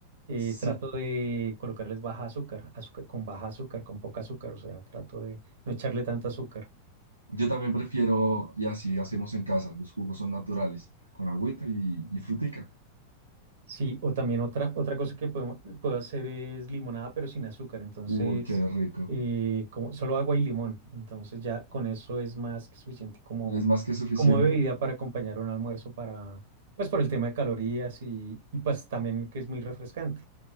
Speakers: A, on the right; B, on the right.
A: Eh,
B: Sí,
A: trato de colocarles baja azúcar, azúcar, con baja azúcar, con poca azúcar, o sea, trato de no echarle tanta azúcar.
B: yo también prefiero, y así hacemos en casa, los jugos son naturales, con agüita y, y frutica.
A: Sí, o también otra, otra cosa que podemos, puedo hacer es limonada, pero sin azúcar. Entonces,
B: Uy, qué rico.
A: eh, como, solo agua y limón. Entonces ya con eso es más que suficiente como,
B: ¿Es más que suficiente?
A: como bebida para acompañar un almuerzo para, pues por el tema de calorías y, y pues también que es muy refrescante.